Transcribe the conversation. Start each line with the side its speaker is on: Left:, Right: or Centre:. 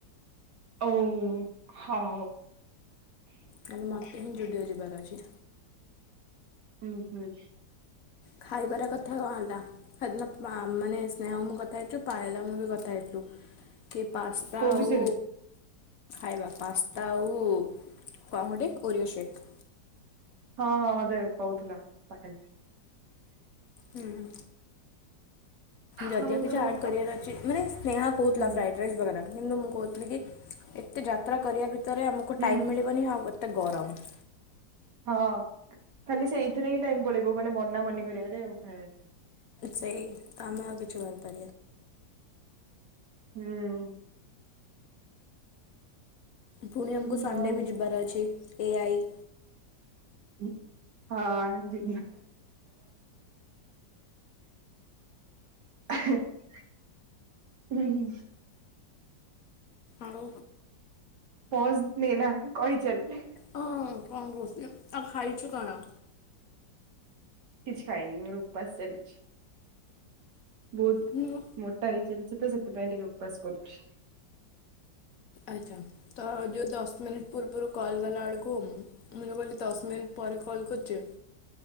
Right: ଓ ହୋଉ।
Left: କାଲି ମତେ କିନ୍ତୁ ଯୁଡିଓ ଜିିବାର ଅଛି।
Right: ଉଁ ହୁଁ।
Left: ଖାଇବାର କଥା କଣ ହେଲା? ହେଦିନ ମା-ମାନେ ସ୍ନେହ ମୁଁ କଥା ହେଇଥିଲୁ ପାଏଲ ଆଉ ମୁଁ ବି କଥା ହେଇଥିଲୁ। କି ପାସ୍ତା
Right: କୋଉ
Left: ଆଉ
Right: ବିଷୟରେ
Left: ଖାଇବା ପାସ୍ତା ଆଉ କଣ ଗୋଟେ ଓରିଓ ଶେକ୍।
Right: ହଁ ହଁ ମତେ କୋହୁଥିଲା ପା <unintelligible>
Left: ହୁଁ। ଯଦିଓ
Right: ହଉ
Left: କିଛି
Right: ଆଉ।
Left: ଆଡ୍ କରିବାର ଅଛି ମାନେ ସ୍ନେହା କୋହୁଥିଲା
Right: ହୁଁ
Left: ଫ୍ରାଇଡ ରାଇସ୍ ବଗେରା। କିନ୍ତୁ ମୁଁ କୋହୁଥିଲି କି ଏତେ ଯାତ୍ରା କରିବା ଭି ତରେ ଆମକୁ
Right: ହୁଁ
Left: ଟାଇମ୍ ମିଳିବନି ଆଉ <unintelligible> ଗରମ
Right: ହଁ ଖାଲି ସେଇଥିରେ ହିଁ ଟାଇମ ପଳେଇବ ମାନେ ବନା ବନି କରିବାରେ ଆଉ ଖାଇବାରେ।
Left: ସେହି ତାମ ଆଗ ଜୋଉ-
Right: ହୁଁ।
Left: ପୁଣି
Right: ହୁଁ
Left: ଆମକୁ ସଣ୍ଡେ
Right: ଆଉ
Left: ବି ଯିବାର ଅଛି ଏଆଇ-
Right: ହୁଁ ହୋଏ। <unintelligible> <inaudible> ହୁଁ।
Left: ଆଉ
Right: ପଜ୍ ନେ ନା କହି ଚାଲ୍।
Left: ହଁ କଣ କୋହୁଚୁ ଆ ଖାଇଚୁ କଣ?
Right: କିଛି ଖାଇନି ମୋର ଉପାସ ଚାଲିଚି। ବୋହୁତ
Left: ମୁଁ
Right: ମୋଟା ହେଇ ଚାଲିଚି ତ ସେଥିପାଇଁ ଟିକେ ଉପାସ କରୁଚି।
Left: ଆଛା ତ ଯୋଉ ଦଶ ମାନେ ପୂର୍ବରୁ କଲ୍ ଗଲାବେଳକୁ ମୁଁ ଯୋଉ କହିଲି ଦଶ ମିନିଟ୍ ପରେ କଲ୍ କରୁଚି